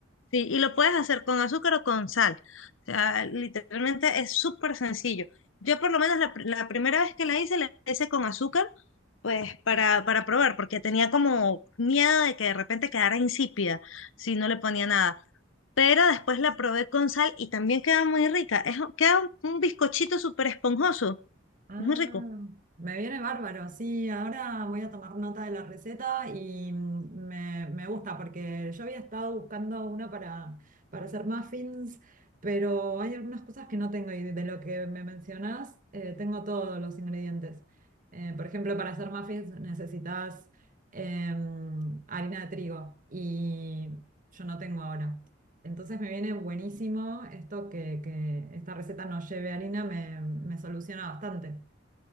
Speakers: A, on the left; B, on the right.
A: Sí, y lo puedes hacer con azúcar o con sal. O sea, literalmente es súper sencillo. Yo por lo menos la, pr- la primera vez que la hice, la hice con azúcar Pues para, para probar, porque tenía como miedo de que de repente quedara insípida si no le ponía nada. Pero después la probé con sal y también queda muy rica. Es, un- queda un, un bizcochito súper esponjoso.
B: Ah,
A: Es muy rico.
B: me viene bárbaro, sí, ahora voy a tomar nota de la receta y mm, me, me gusta porque yo había estado buscando una para, para hacer muffins, pero hay algunas cosas que no tengo y de lo que me mencionás eh, tengo todos los ingredientes. Eh, por ejemplo, para hacer muffins necesitas em, harina de trigo y yo no tengo ahora. Entonces me viene buenísimo esto que, que esta receta no lleve harina, me, me soluciona bastante.